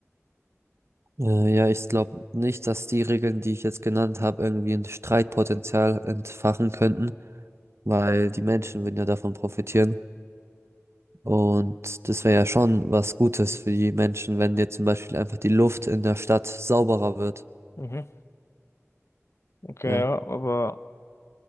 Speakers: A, on the right; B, on the left.
A: Äh, ja, ich glaube nicht, dass die Regeln, die ich jetzt genannt habe, irgendwie ein Streitpotenzial entfachen könnten, weil die Menschen würden ja davon profitieren. Und das wäre ja schon was Gutes für die Menschen, wenn jetzt zum Beispiel einfach die Luft in der Stadt sauberer wird.
B: Mhm. Okay,
A: Ja.
B: ja, aber